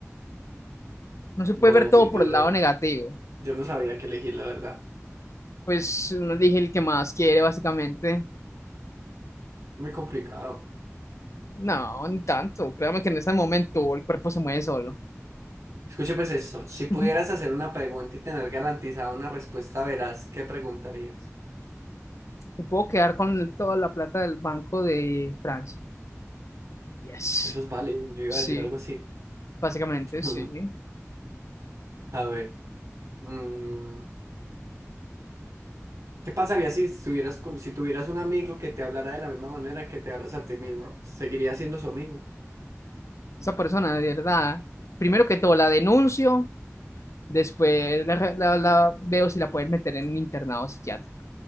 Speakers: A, on the left; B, on the right.
A: No se
B: No,
A: puede ver todo
B: muy duro.
A: por el lado negativo.
B: Yo no sabría qué elegir, la verdad.
A: Pues uno elige el que más quiere, básicamente.
B: Muy complicado.
A: No, ni tanto. Créame que en ese momento el cuerpo se mueve solo.
B: Escuche pues eso. Si pudieras
A: Ujú.
B: hacer una pregunta y tener garantizada una respuesta veraz, ¿qué preguntarías?
A: Me puedo quedar con toda la plata del Banco de Francia. Yes.
B: Eso es válido. Yo iba
A: Sí,
B: a decir algo así.
A: básicamente
B: <laughs>
A: sí.
B: A ver, mm, ¿qué pasaría si estuvieras con- si tuvieras un amigo que te hablara de la misma manera que te hablas a ti mismo? ¿Seguiría siendo su amigo?
A: Esa persona, de verdad, primero que todo la denuncio Después la, la- la veo si la pueden meter en un internado psiquiátrico.